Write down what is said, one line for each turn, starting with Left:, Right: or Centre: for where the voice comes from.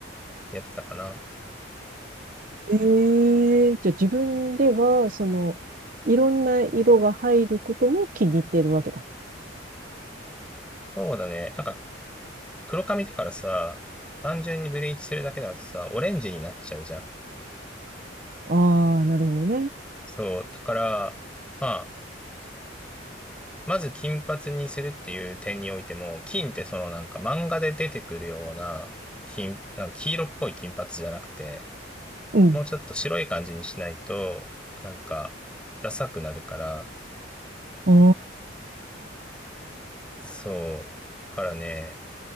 Centre: やってたかな。
Right: ええじゃあ自分では、その、いろんな色が入ることも気に入っているわけだ。
Centre: そうだね。なんか黒髪だからさ、単純にブリーチするだけだとさ、オレンジになっちゃうじゃん。
Right: ああ、なるほどね。
Centre: そう、だから、まあ、まず金髪にするっていう点においても、金ってそのなんか漫画で出てくるような金、なんか黄色っぽい金髪じゃなくて、
Right: うん、
Centre: もうちょっと白い感じにしないと、なんか、ダサくなるから、
Right: ああ
Centre: そう、だからね、